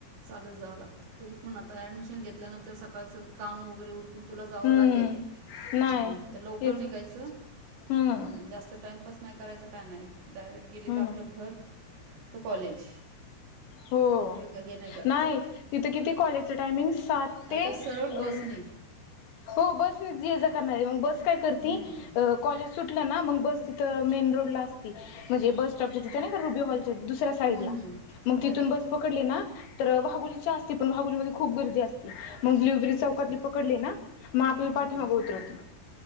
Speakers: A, on the right; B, on the left.
A: चालत जावं लागतं, तरी पण आता ऍडमिशन घेतल्यानंतर सकाळचं काम वगैरे उर कून तुला जावं
B: हम्म
A: लागेल.
B: नाही
A: हम् तर लवकर
B: तेच
A: निघायचं
B: हम्म
A: हम् जास्त टाइमपास नाय करायचं काय नाय डायरेक्ट गेली का
B: हो ना
A: आपलं घर टू कॉलेज
B: हो
A: कुठे कही नाही करायचं
B: नाही तिथं किती कॉलेजचं टायमिंग्स सात
A: नाहीतर
B: ते
A: सरळ
B: अं
A: बसनी
B: हो बसच ये जा करनारय बस काय करती
A: हं,
B: अं कॉलेज सुट लं ना मग बस तिथं मेन रोडला असती म्हणजे बस स्टॉप च्या तिथं नाही का, रुबी हॉल त दुसऱ्या साईडला
A: हं, हं.
B: मग
A: हो
B: तिथून
A: हो
B: बस पकडली ना तर व्हागुलीच्या असती पण व्हागुलीमध्ये खूप गर्दी असती मग ब्ल्यु बेरी चौकातली
A: अच्छा
B: पकडली ना म आपल्याला
A: हं,
B: पाठीमागं
A: हं.
B: उतरवती